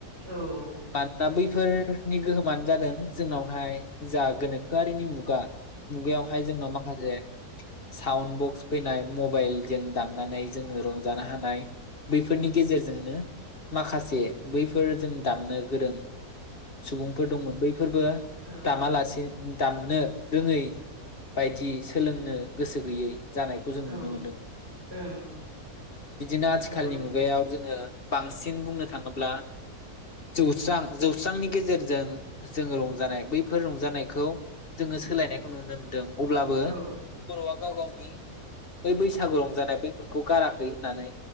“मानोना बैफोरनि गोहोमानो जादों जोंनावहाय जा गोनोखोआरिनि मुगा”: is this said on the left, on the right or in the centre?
Left